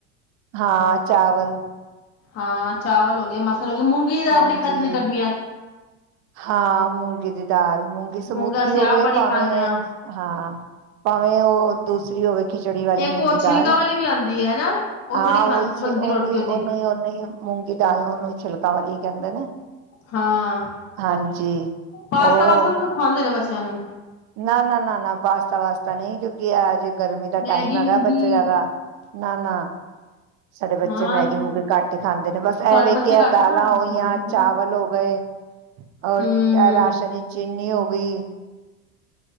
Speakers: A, on the right; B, on the left.
A: ਹਾਂ ਚਾਵਲ
B: ਹਾਂ ਚਾਵਲ ਹੋ ਗਏ ਮ ਚ ਮੂੰਗੀ ਤਾਂ
A: ਹਾਂਜੀ
B: ਆਪਣੀ ਖਾਧੀ ਦੀ ਗਰਮੀਆਂ ' ਚ <unintelligible>
A: ਹਾਂ ਮੂੰਗੀ ਦੀ ਦਾਲ ਮੂੰਗੀ ਸਬੂਤੀ
B: ਮੂੰਗਾ ਅਸੀਂ
A: ਹੋਵੇ
B: ਆਪ ਬੜੀ
A: ਭਾਵੇਂ
B: ਖਾਂਦੇ ਹਾਂ
A: ਹਾਂ ਭਾਵੇਂ ਉਹ ਦੂਸ ਹੋਵੇ ਖਿਚੜੀ ਵਾਲੀ
B: ਇੱਕ
A: ਮੂੰਗੀ
B: ਉਹ ਛਿਲਕਾ
A: ਦਾਲ
B: ਵਾਲੀ ਵੀ ਆਉਂਦੀ ਹੈ ਹਨਾ ਉਹ
A: ਹਾਂ
B: ਵੀ ਬੜੀ ਖਾ
A: ਉਹੀ
B: ਬਣਦੀ
A: ਉਹਨੂੰ
B: ਰੋਟੀ
A: ਹੀ
B: ਉਹਦੀ
A: ਉਹਨੂੰ ਹੀ ਨੂੰ ਹੀ ਮੂੰਗੀ ਦਾਲ ਨੂੰ ਉਹਨੂੰ ਛਿਲਕਾ ਵਾਲੀ ਕਹਿੰਦੇ ਨੇ
B: ਹਾਂ
A: ਹਾਂਜੀ
B: ਪਾਸਤਾ
A: ਉਹ
B: ਵਾਸ ਖਾਂਦੇ <unintelligible> ਬੱਚਿਆਂ ਨੂੰ
A: ਨਾ ਨਾ ਨਾ ਨਾ ਪਾਸਤਾ ਵਾਸਤਾ ਨਹੀਂ ਕਿਉਂ ਕੀ ਆ ਜੇ ਗਰਮੀ ਦਾ
B: ਮੈਗੀ
A: ਟਾਈਮ ਹੈਗਾ
B: ਮੂਗੀ
A: ਬੱਚੇ ਜ਼ਿਆਦਾ ਨਾ ਨਾ ਸਾਡੇ ਬੱਚੇ
B: ਹਾਂ
A: ਮੈਗੀ
B: ਨਹੀਂ
A: ਮੂਗੀ ਘੱਟ ਹੀ ਖਾਂਦੇ ਨੇ ਬਸ
B: ਤੁਹਾਡੇ
A: ਐਵੇਂ
B: ਬੱਚੇ
A: ਕੀ ਹੈ
B: ਘੱਟ
A: ਦਾਲਾਂ
B: ਖਾਣ
A: ਹੋਈਆਂ
B: ਸਮਝਦਾ
A: ਚਾਵਲ
B: ਹਨ
A: ਹੋ ਗਏ ਔਰ
B: ਹਮ
A: ਰਾਸ਼ਨੀ ਚੀਨੀ ਹੋ ਕੁਈ <unintelligible>